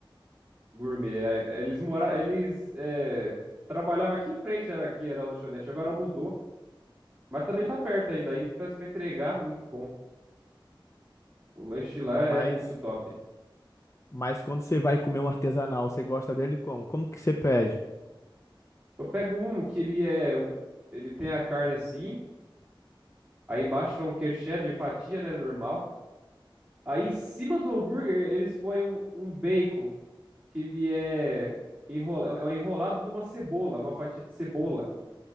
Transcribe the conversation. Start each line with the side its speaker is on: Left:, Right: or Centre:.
Right: Gourmet. é, Eles moravam, eles é, trabalhavam aqui em frente, era aqui, era a lanchonete, agora mudou. Mas também tá perto ainda, aí peço pra entregar, é muito bom. O lanche de lá é
Left: Mas,
Right: muito top.
Left: mas quando você vai comer um artesanal, você gosta dele como? Como que você pede?
Right: Eu pego um que ele é, ele tem a carne assim, aí embaixo vai um queijo cheddar e fatia, né, normal. Aí em cima do hambúrguer eles põem um, um bacon, que ele é, enrola, é um enrolado numa cebola, uma fatia de cebola.